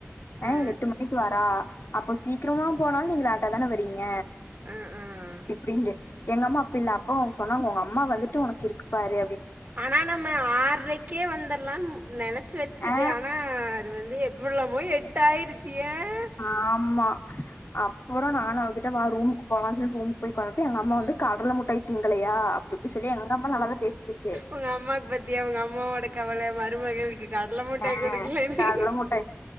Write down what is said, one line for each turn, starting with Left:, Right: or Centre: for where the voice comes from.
Left: ஏய்
Right: ஆ
Left: எட்டு மணிக்கு வரா அப்போ சீக்கிரமா போனாலும் நீங்கள லேட்டா தானே வறீங்க
Right: ஆ ஆ
Left: இப்படின்டு எங்கம்மா இல்ல அப்ப அவங்க சொன்னாங்க உங்க அம்மா வந்துட்டு உனக்கு இருக்குப்பாரு
Right: ஆனா நம்ம ஆர்ரைக்கே வந்துரலாம்னு நெனைச்சு வச்சது
Left: ஆ
Right: ஆனா அது வந்து உள்ளபோய் எட்டு ஆயிருச்சு ஏன்
Left: ஆமா அப்புறம் நான் அவகிட்ட ரூமுக்கு போகலாம்னு சொல்லிட்டு ரூமுக்கு போய் கு வந்தப்ப எங்க அம்மா வந்து கடல முட்டாயி திங்க இருக்கலையா அப்படி இப்படி சொல்லி எங்க அம்மா நல்லாதான் பேசுச்ச்சீ
Right: உங்கள் அம்மாவுக்கு பற்றியா உங்கள் அம்மாவோட <unintelligible> மிட்டாய்
Left: ஆஹ்
Right: கொடுக்கலன்னு
Left: கடலமுட்டாய்